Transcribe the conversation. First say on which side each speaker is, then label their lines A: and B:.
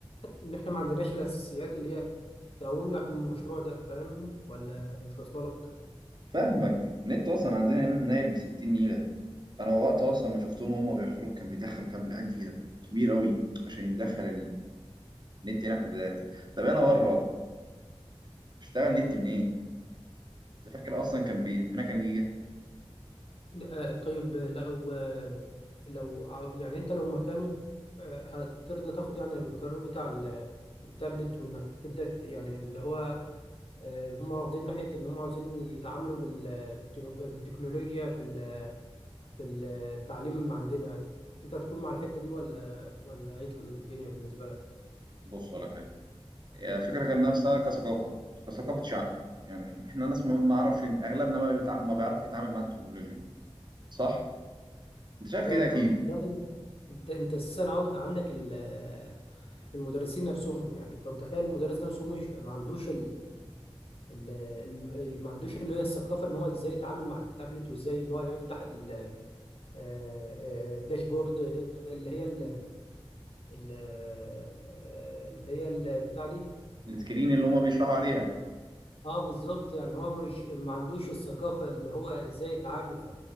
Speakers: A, on the left; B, on the right.
A: ان احنا ما عندناش الاساسيات اللي هي تقوم لك من المشروع ده فاهمني ولا مش واصله لك
B: فاهمك النت اصلا عندنا هنا نايل ب 60 نيله انا وقت اصلا ما شفتهم وهم بيحفروا كان بيدخلوا كابل قد كده كبير قوي عشان يدخل النت هنا في المدارس طب انا بره اشتغل نت منين انت فاكر اصلا كان بيدينا كام جيجا
A: آه، طيب لو آه، لو ع- يعني انت لو مكانه آه، هترضى تاخد يعني القرار بتاع ال- التابلت وانك تبدأ ت- يعني اللي هو آه، اللي هم واخدين ناحية ان هم عاوزين يتعاملوا بال- بالتنو- بالتكنولوجيا في ال- في التعليم عندنا انت هتكون مع الحتة دي ولا ولا ايه الدنيا بالنسبة لك
B: بص على حاجه هي الفكره كان نفسها كثقافه كثقافه شعب يعني احنا احنا ناس ما بنعرفش اغلبنا ما, بيتع... ما بيعرف يتعامل مع التكنولوجيا صح انت شايف
A: فعلا
B: كده اكيد
A: اه ده انت انت اساسا عن- عندك ال- المدرسين نفسهم يعني انت متخيل المدرس نفسه مش ما عندوش ال- ال- ما عندوش اللي هي الثقافه ان هو ازاي يتعامل مع التابلت وازاي ان هو يفتح ال- آه، آه، الداشبورد اللي هي ال- ال- آه، اللي هي البتاع دي
B: السكرين اللي هما بيشرحوا عليها
A: اه بالظبط يعني هو مش ما عندوش الثقافه اللي هو ازاي يتعامل ف...